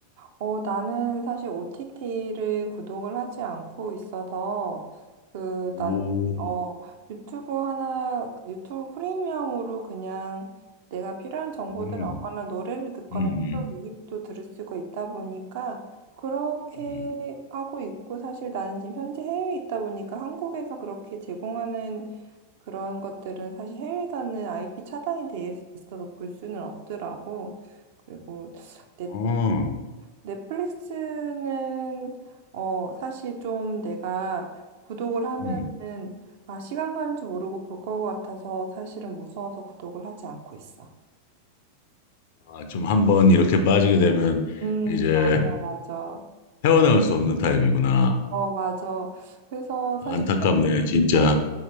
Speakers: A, on the right (about 50°); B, on the left (about 50°).
A: 어, 나는 사실 OTT를 구독을 하지 않고 있어서, 그,
B: 오,
A: 난, 어, 유튜브 하나, 유튜브 프리미엄으로 그냥 내가 필요한 정보들을
B: 음, 음,
A: 얻거나 노래를 듣거나
B: 음,
A: 유튜브 뮤직도 들을 수가 있다 보니까, 그렇게
B: 음.
A: 하고 있고, 사실 나는 지금 현재 해외에 있다 보니까 한국에서 그렇게 제공하는 그런 것들은 사실 해외에서는 IP 차단이 돼 있어서 볼 수는 없더라고. 그리고 내
B: 어,
A: 넷플릭스는 어 사실 좀 내가 구독을 하면은
B: 음.
A: 아 시간 가는 줄 모르고 볼 것 같아서 사실은 무서워서 구독을 하지 않고 있어.
B: 아, 좀 한번 이렇게 빠지게 되면
A: 음,
B: 이제
A: 아, 맞아.
B: 헤어나올 수 없는 타입이구나.
A: 어, 맞아. 그래서 사실
B: 안타깝네, 진짜.
A: 어,